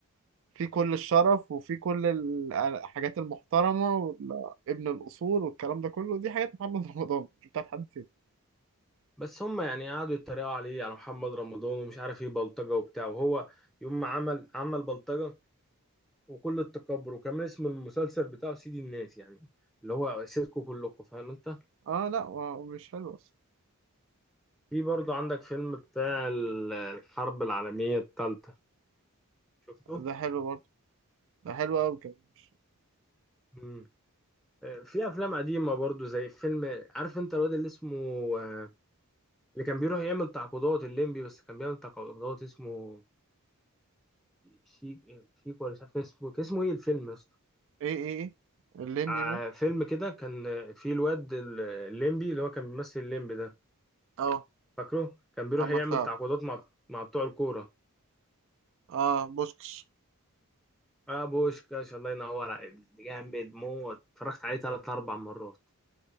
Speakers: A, on the right (about 60°); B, in the centre.
A: في كل الشرف وفي كل ال- الحاجات المحترمة وابن الأصول والكلام ده كله دي حاجات محمد <laughs> رمضان مش بتاعت حد تاني
B: بس هم يعني قعدوا يتريقوا عليه على محمد رمضان ومش عارف ايه بلطجة وبتاع وهو يوم ما عمل عمل بلطجة وكل التكبر وكمان اسم المسلسل بتاعه سيدي الناس يعني اللي هو سيركو كلكم فاهم انت
A: اه لا هو مش حلو اصلا
B: في برضه عندك فيلم بتاع ال- الحرب العالمية الثالثة شفته
A: ده حلو برضه ده حلو قوي كمان مش-
B: مم. آه، في افلام قديمة برضه زي فيلم عارف انت الواد اللي اسمه آه، اللي كان بيروح يعمل تعقيدات الليمبي بس كان بيعمل تعقيدات اسمه شيك شيك ولا مش عارف كان اسمه كان اسمه ايه الفيلم يا اسطى
A: ايه ايه ايه الليمبي
B: آه،
A: مال
B: فيلم كده كان آه، فيه الواد ال- الليمبي اللي هو كان بيمثل الليمبي ده
A: اه
B: فاكره كان بيروح
A: محمد
B: يعمل
A: سعد
B: تعاقدات مع مع بتوع الكورة
A: اه بوشكش
B: اه بوشكاش الله ينور عليك جامد موت اتفرجت عليه ثلاث اربع مرات